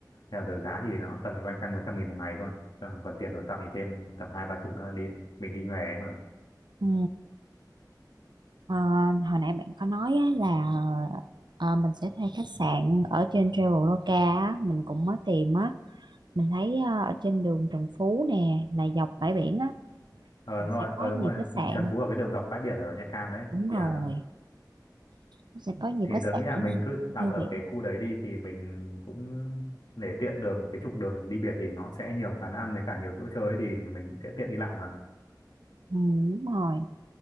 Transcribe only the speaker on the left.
theo tờ giá thì nó tầm loanh quanh một trăm nghìn một ngày thôi còn, còn tiền của Trang thì thêm tầm hai ba chục nữa đi mình đi nhòe ấy mà
ờ
đúng rồi
ờ
đúng rồi
Trần Phú ở cái đường dọc bãi biển ở Nha Trang đấy
thì
à, nó
thì
tớ
nghĩ là mình cứ đặt
ở
cái khu đấy đi thì mình cũng để tiện đường cái trục đường đi biển thì nó sẽ nhiều quán ăn với cả nhiều chỗ chơi ấy, thì mình sẽ tiện đi lại mà